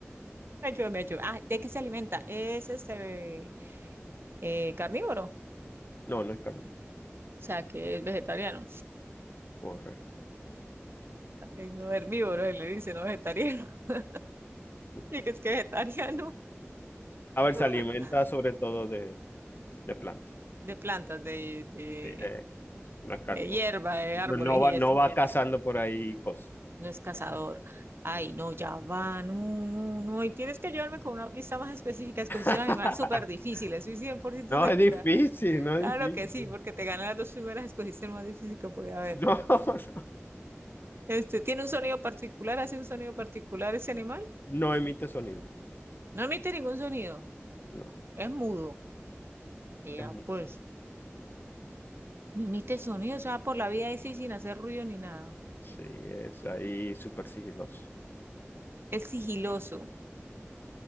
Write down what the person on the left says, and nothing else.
No, no es carne.
Correcto.
<laughs>
A ver,
se alimenta sobre todo de, de plantas.
Sí, eh, no es carnívoro.
No,
no va,
no
va cazando por ahí cosas.
<laughs>
No
es difícil, no es
difícil.
No, <laughs> no,
no emite sonido.
No,
es mu-
sí, es ahí súper sigiloso.